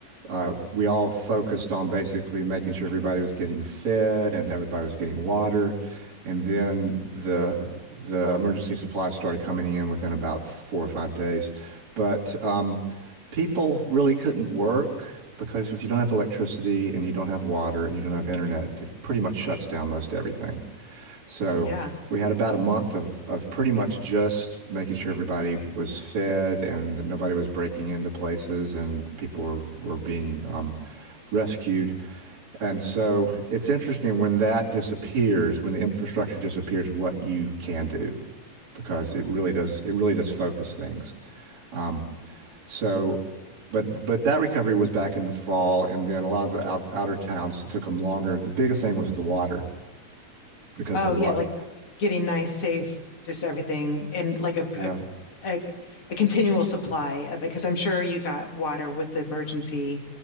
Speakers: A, on the right; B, on the left.
A: uh, we all focused on basically making sure everybody was getting fed and everybody was getting water. And then the the emergency supplies started coming in within about four or five days. But um, people really couldn't work because if you don't have electricity and you don't have water and you don't have internet, it pretty much shuts down most everything. So
B: Yeah.
A: we had about a month of of pretty much just making sure everybody was fed and that nobody was breaking into places and people were, were being um, rescued. And so it's interesting when that disappears, when the infrastructure disappears, what you can do because it really does it really does focus things. Um, so but but that recovery was back in the fall, and then a lot of the out, outer towns it took them longer. The biggest thing was the water because
B: Oh
A: the water.
B: yeah, like getting nice, safe, just everything, and like a
A: Yeah.
B: a a, a continual supply of it. Because I'm sure you got water with the emergency